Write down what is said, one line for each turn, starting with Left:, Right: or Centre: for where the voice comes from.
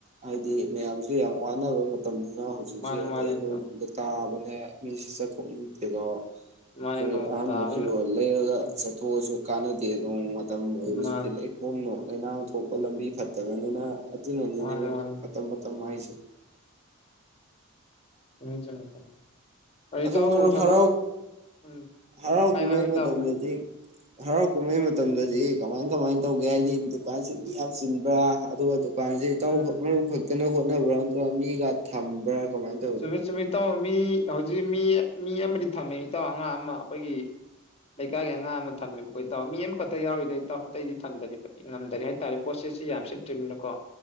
Right: ꯍꯥꯏꯗꯤ ꯃꯌꯥꯝꯖꯦ ꯌꯥꯝ ꯋꯥꯅꯕ ꯃꯇꯝꯅꯤ
Left: ꯃꯥꯅꯦ ꯃꯥꯅꯦ ꯏꯇꯥꯎ
Right: <unintelligible> <unintelligible>
Left: ꯃꯥꯅꯦ
Right: ꯐꯨꯔꯤꯠ
Left: ꯅꯣꯡ
Right: ꯑꯍꯥꯟꯕꯁꯤꯕꯨ
Left: ꯇꯥꯕꯅꯤꯅ
Right: ꯂꯩꯔꯒ
Left: ꯎꯝ
Right: ꯆꯠꯊꯣꯛꯑꯁꯤ ꯀꯥꯟꯅꯗꯦ ꯅꯣꯡꯃꯒꯤ ꯃꯇꯝꯖꯤꯁꯤꯗꯤ
Left: ꯃꯥꯅꯤ
Right: ꯂꯥꯏꯔꯤꯛꯐꯥꯎ ꯅꯣꯠ ꯂꯩꯅꯥꯡ ꯊꯣꯛꯄ ꯂꯝꯕꯤ ꯐꯠ <unintelligible> ꯑꯗꯨ ꯅꯅꯤꯅꯦ
Left: ꯃꯥꯅꯤ
Right: ꯕ
Left: ꯃꯥꯅꯤ
Right: ꯃꯇꯝ ꯃꯇꯝ ꯍꯥꯏꯁꯤ <inaudible>
Left: <unintelligible>
Right: ꯑꯗꯣ
Left: ꯏꯇꯥꯎꯕꯨ
Right: ꯃꯔꯨꯞ
Left: ꯊꯕꯛ
Right: ꯍꯔꯨꯞ
Left: ꯎꯝ
Right: ꯍꯔꯥꯎ
Left: ꯍꯥꯏꯌꯨ
Right: ꯀꯨꯝꯍꯩ
Left: ꯍꯥꯏꯌꯨ ꯏꯇꯥꯎ
Right: ꯃꯇꯝ ꯂꯩꯇꯦ ꯍꯔꯥꯎ ꯀꯨꯝꯍꯩ ꯃꯇꯝꯗꯗꯤ ꯀꯃꯥꯏ ꯀꯃꯥꯏ ꯇꯧꯒꯦ ꯍꯥꯏꯗꯤ ꯗꯨꯀꯥꯟꯁꯤ ꯃꯤ ꯌꯥꯝ ꯆꯤꯟꯕ꯭ꯔꯥ ꯑꯗꯨꯒ ꯑꯗꯨꯝ
Left: ꯎꯝ
Right: <unintelligible> ꯍꯣꯠꯅꯕ꯭ꯔꯥ ꯅꯠꯇ꯭ꯔꯥꯒ ꯃꯤ ꯑ ꯊꯝꯕ꯭ꯔꯥ ꯀꯃꯥꯏꯅ ꯇꯧꯏ
Left: ꯆꯨꯝꯃꯤ ꯆꯨꯝꯃꯤ ꯏꯇꯥꯎ ꯃꯤ ꯍꯧꯖꯤꯛ ꯃꯤ ꯃꯤ ꯑꯃꯗꯤ ꯊꯝꯃꯦ ꯏꯇꯥꯎ ꯑꯉꯥꯡ ꯑꯃ ꯑꯩꯈꯣꯏꯒꯤ ꯂꯩꯀꯥꯏꯒꯤ ꯑꯉꯥꯡ ꯑꯃ ꯊꯝꯃꯦꯕ ꯏꯇꯥꯎ ꯃꯤ ꯑꯃꯈꯛꯇ ꯌꯥꯎꯔꯤꯗꯣ ꯏꯇꯥꯎ ꯑꯇꯩꯗꯤ ꯊꯝꯗꯔꯤ ꯉꯝꯗꯔꯤ ꯍꯥꯏꯇꯥꯥꯔꯦ ꯄꯣꯠꯁꯤꯠꯁꯤ ꯌꯥꯝ ꯁꯤꯠꯇ꯭ꯔꯤꯃꯤꯅꯀꯣ